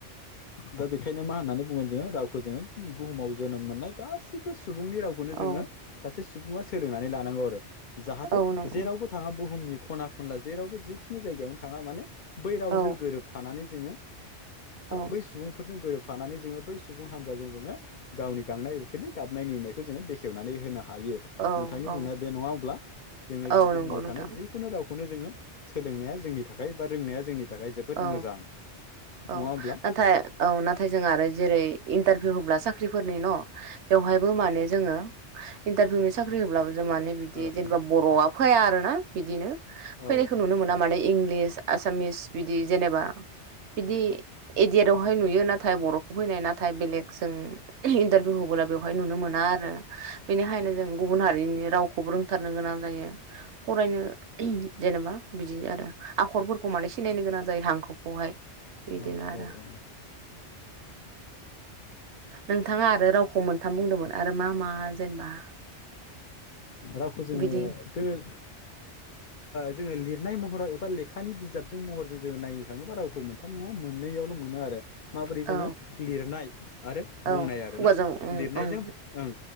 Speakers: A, on the left; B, on the right.
A: दा बेखायनो मा होननानै बुंुगोन जोङो रावखौ जोङो बुहुमाव जोनोम मोननाय गासिबो सुबुंनि रावखौनो
B: औ
A: जोङो सासे सुबुङा सोलोंनानै लानांगौ आरो जाहाथे
B: औ नंगौ
A: जेरावबो थाङा बुहुमनि खना खनला जेरावबो जेखिनि जायगायावनो थाङा माने बै रावजों
B: औ
A: गोरोबफानानै जोङो
B: औ
A: बै सुबुंफोरजों गोरोब फानानै जोङो बै सुबुं हानजाजों जोङो गावनि गांनाय उखैनाय गाबनाय मिनिनायखौ जोङो बेखेवनानै होनो हागोन। नोंथांनि
B: औ औ
A: बुंनाया बे नङा अब्ला जोङो
B: औ
A: बुहुमाव
B: नंगौ नोंथां
A: थानाय जिखुनु रावखौ बेखौनो जोङो सोलोंनाया जोंनि थाखाय बा रोंनाया जोंनि थाखाय जोबोद
B: औ
A: मोजां
B: औ
A: नङा होमब्ला
B: नाथाय औ नाथाय जों आरो जेरै इन्टारभिउ होब्ला साख्रि नि न बेवहायबो मान जोङ
A: ओ
B: इारभिउनि साख्रि होब जों माने बिदि
A: ओ
B: जेनेबा
A: हो
B: बर'आ फैया आर ना बिदिनो
A: औ
B: फैनायखौ नुनो
A: औ
B: मोना माने इंलिस आसामिस बिदि जेनेबा बिदि एडयारवहाय नुयो नाथाय बर'खौ फैनाय नाथाय नाथाय बेलेग जों इन्टारभिउ होबोला बेवहाय नुनो मोना आरो बेनिखायनो जों गुबुन हारिनि राव खौ्रोंथारनो गोनां जायो। फरायनो जेनेबा बिदि आरो आखरफोरखौ माने सिनायनो गोनां जायो हांखोखौहाय बिदिनो
A: औ
B: आरो
A: औ औ
B: नोंथाङा आरो रावखौ मोनथाम बुंदोंमोन आरो मा मा जेनेबा
A: रावखौ जोङो
B: बिदि
A: जोङो जोङो लिरनाय महराव एबा लेखानि बिजाबजों महरजों जोङो नायनो थाङोबा रावखौ मोनथाम नङा मोननै यावल' मोनो आरो माबोरै जोङो
B: औ
A: लिरनाय आरो
B: औ
A: बुंनाय आरो
B: खुगाजों
A: ना
B: ओं
A: लिरनायजों
B: ओं
A: ओं